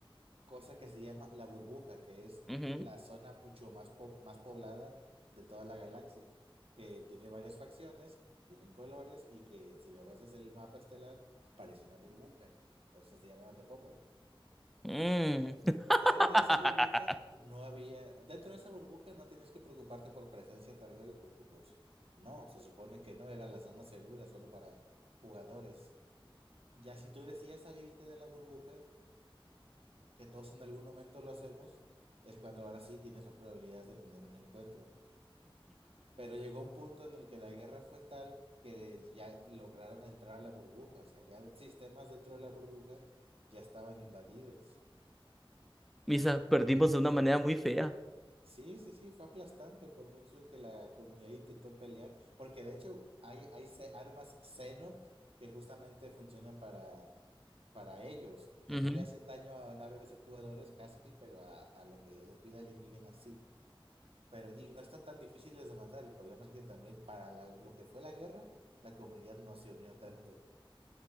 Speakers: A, on the right (about 85°); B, in the centre.
A: cosa que se llama la burbuja, que es
B: ujú,
A: la zona mucho más, po- más poblada de toda la galaxia, que tiene varias facciones, tienen colores y que si lo ves desde el mapa estelar parece una burbuja, por eso se llama The Bubble.
B: mm. <laughs>
A: Fuera de esa burbuja no había, dentro de esa burbuja no tenías que preocuparte por presencia Targoid porque pues no, se supone que no era la zona segura solo para jugadores. Ya si tú decías salirte de la burbuja, que todos en algún momento lo hacemos, es cuando ahora sí tienes más probabilidades de tener un encuentro. Pero llegó un punto en el que la guerra fue tal que ya lograron entrar a la burbuja, o sea, ya sistemas dentro de la burbuja ya estaban invadidos.
B: Misa, perdimos de una manera muy fea.
A: Sí, sí, sí, fue aplastante por mucho que la comunidad intentó pelear, porque de hecho hay, hay ce- armas Xeno que justamente funcionan para, para ellos, que
B: Ujú.
A: no le hacen daño a naves de jugadores casi, pero a, a lo que es vida alienígena sí. Pero, y no están tan difíciles de matar. El problema es que también para la- lo que fue la guerra, la comunidad no se unió tanto.